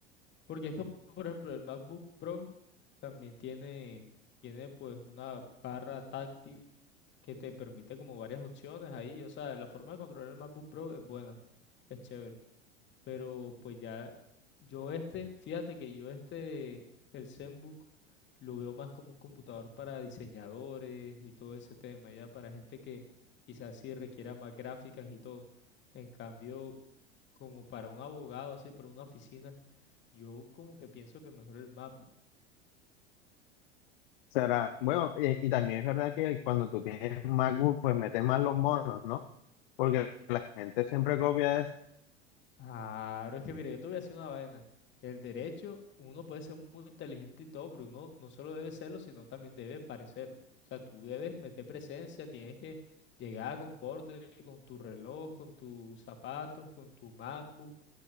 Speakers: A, on the left (about 35°); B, on the left (about 50°).
A: Porque es que, por ejemplo, el MacBook Pro también tiene, tiene pues una barra táctil que te permite como varias opciones ahí. O sea, la forma de controlar el MacBook Pro es buena, es chévere. Pero pues ya yo este, fíjate que yo este, el ZenBook, lo veo más como un computador para diseñadores y todo ese tema, ya para gente que quizás sí requiera más gráficas y todo. En cambio, como para un abogado, así, para una oficina, yo como que pienso que mejor el MacBook.
B: Será, bueno, eh, y, también es verdad que cuando tú tienes MacBook, pues metes más los monos, ¿no? Porque la gente siempre copia eso.
A: Claro, es que mire, yo te voy a decir una vaina. El derecho, uno puede ser muy inteligente y todo, pero uno no solo debe serlo, sino también debe parecerlo. O sea, tú debes meter presencia, tienes que llegar con porte, con tu reloj, con tus zapatos, con tu MacBook.